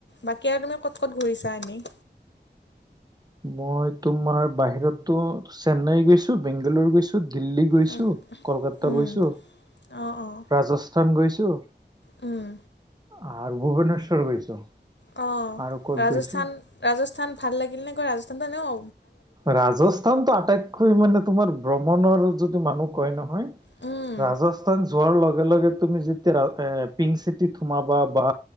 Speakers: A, on the left (about 85°); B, on the right (about 20°).
A: বাকী আৰু তুমি ক'ত ক'ত ঘূৰিছা এনেই
B: মই তোমাৰ বাহিৰততো চেন্নাই গৈছো বেংগালৰু গৈছো দিল্লী গৈছো
A: উম
B: কলকাতা
A: উম
B: গৈছো
A: অঁ অঁ
B: ৰাজস্থান গৈছো
A: উম
B: আৰু ভূৱনেশ্বৰ গৈছো
A: অঁ
B: আৰু ক'ত
A: ৰাজস্থান
B: গৈছো
A: ৰাজস্থান ভাল লাগিল নে গৈ ৰাজস্থানটো নেও
B: ৰাজস্থানতটো আটাইতকৈ মানে তোমাৰ ভ্ৰমণৰ যদি মানুহ কয় নহয়
A: উম
B: ৰাজস্থান যোৱাৰ লগে লগে তুমি যেতিয়া এ পিংক চিটি সোমাবা বা